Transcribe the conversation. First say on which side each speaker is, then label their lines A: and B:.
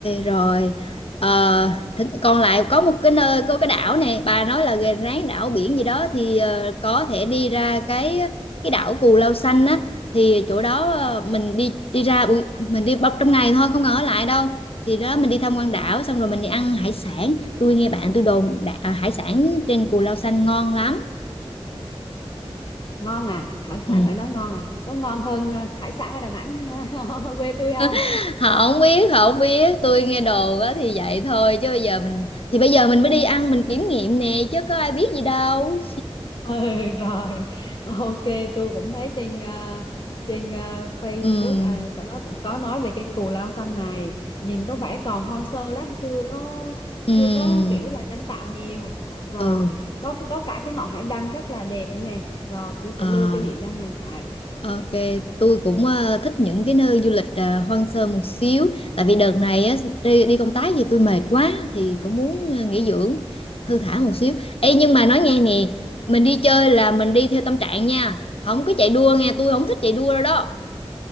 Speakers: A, on the left; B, on the left.
A: rồi. Ờ, th còn lại có một cái nơi có cái đảo này bà nói là gần ráng đảo biển gì đó thì ờ, có thể đi ra cái cái đảo Cù Lao Xanh á thì chỗ đó ờ, mình đi đi ra buổi mình đi bọc trong ngày thôi không cần ở lại đâu. Thì đó mình đi tham quan đảo xong rồi mình đi ăn hải sản. Tôi nghe bạn tôi đồn đạ- à, hải sản trên Cù Lao Xanh ngon lắm.
B: Ngon à, hải sản
A: Ừ.
B: ở đó ngon à, có ngon hơn ờ, hải sản ở Đà Nẵng <laughs> quê tôi không?
A: <laughs> Họ không biết, họ không biết, tôi nghe đồn á thì vậy thôi chứ bây giờ mình thì bây giờ mình mới đi ăn mình kiểm nghiệm nè chứ có ai biết gì đâu.
B: <laughs> ừ rồi ok tôi cũng thấy trên ờ, trên ờ, Facebook
A: Ừm,
B: à, có nó cũng có nói về cái cù lao xanh này nhìn có vẻ còn hoang sơ lắm chưa có
A: ừm,
B: chưa có kiểu là nhân tạo nhiều rồi
A: ừ,
B: có cái có cả cái ngọn hải đăng rất là đẹp nữa nè rồi tôi sẽ
A: à,
B: lưu cái địa danh này lại
A: OK, tui cũng, ơ, thích những cái nơi du lịch, ờ, hoang sơ một xíu, tại vì đợt này á, đi đi công tác gì tôi mệt quá thì cũng muốn, ơ, nghỉ dưỡng, thư thả một xíu. Ê, nhưng mà nói nghe nè, mình đi chơi là mình đi theo tâm trạng nha, không có chạy đua nghe, tôi không thích chạy đua đâu đó.